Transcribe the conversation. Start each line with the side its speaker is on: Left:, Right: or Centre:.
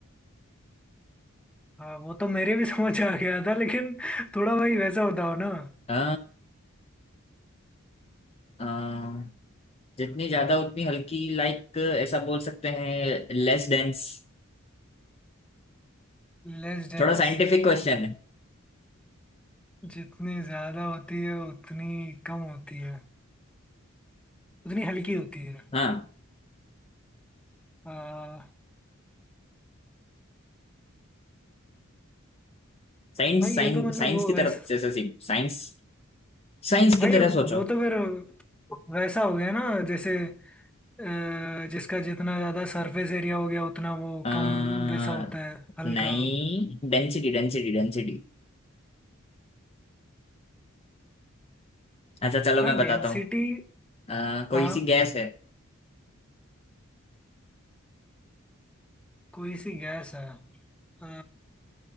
Centre: हाँ वो तो मेरे भी <laughs> समझ आ गया था लेकिन थोड़ा भाई वैसा बताओ ना
Left: अ, अ, जितनी ज्यादा उतनी हल्की लाइक ऐसा बोल सकते हैं लेस डेंस
Centre: Less dense
Left: थोड़ा साइंटिफिक क्वेश्चन है
Centre: जितनी ज्यादा होती है उतनी कम होती है उतनी हल्की होती है
Left: हाँ
Centre: अ, भाई
Left: साइंस
Centre: ये
Left: साइंस
Centre: तो मतलब
Left: साइंस
Centre: वो
Left: की तरफ
Centre: वैसा
Left: जैसे सीख साइंस साइंस
Centre: भाई
Left: की तरह सोचो
Centre: वो तो फिर वैसा हो गया ना जैसे अ, जिसका जितना ज्यादा सरफेस एरिया हो गया उतना वो
Left: आ,
Centre: कम वैसा होता है हल्का
Left: नहीं डेंसिटी डेंसिटी डेंसिटी अच्छा चलो
Centre: हाँ
Left: मैं बताता
Centre: डेंसिटी
Left: हूँ अ, कोई
Centre: हाँ
Left: सी गैस है
Centre: कोई सी गैस है अ,